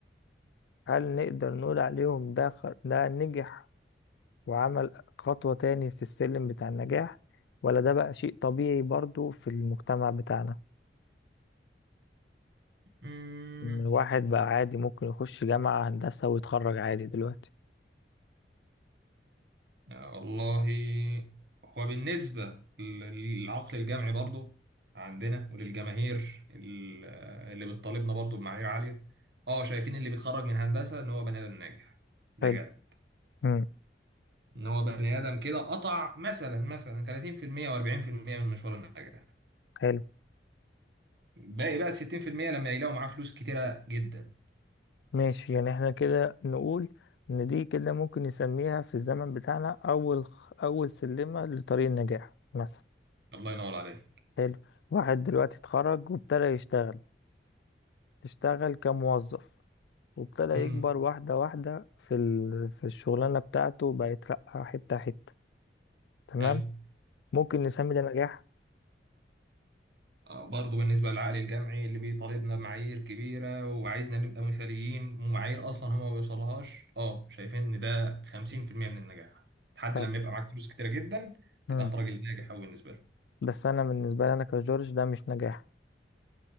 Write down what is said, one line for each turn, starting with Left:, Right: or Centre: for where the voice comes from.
Left: هل نقدر نقول عليهم ده خ- ده نجح وعمل خطوة تاني في السلم بتاع النجاح ولا ده بقى شيء طبيعي برضو في المجتمع بتاعنا
Right: مم.
Left: إن الواحد بقى عادي ممكن يخش جامعة هندسة ويتخرج عادي دلوقتي
Right: آه، والله هو بالنسبة لل- للعقل الجمعي برضو عندنا وللجماهير ال- آه، اللي بتطالبنا برضو بمعايير عالية اه شايفين اللي بيتخرج من هندسة ان هو بني ادم ناجح بجد
Left: حلو مم.
Right: ان هو بني ادم كده قطع مثلا مثلا 30% و40% من مشوار النجاح
Left: حلو
Right: باقي بقى 60% لما يلاقوا معاه فلوس كتيرة جدا
Left: ماشي يعني احنا كده نقول إن دي كده ممكن نسميها في الزمن بتاعنا أول أول سلمة لطريق النجاح مثلا
Right: الله ينور عليك
Left: حلو واحد دلوقتي اتخرج وابتدى يشتغل اشتغل كموظف وابتدى يكبر
Right: امم
Left: واحدة واحدة في ال... في الشغلانة بتاعته بقى يترقى حتة حتة تمام
Right: حلو
Left: ممكن نسمي ده نجاح
Right: آه، برضو بالنسبة للعقل الجمعي اللي بيطالبنا بمعايير كبيرة وعايزنا نبقى مثاليين ومعايير أصلا هما ما بيوصلهاش اه شايفين إن ده 50% من النجاح لحد
Left: طب
Right: لما يبقى معاك فلوس كتيرة جدا
Left: مم.
Right: تبقى أنت راجل ناجح أوي بالنسبة له
Left: بس انا بالنسبه لي انا كجورج ده مش نجاح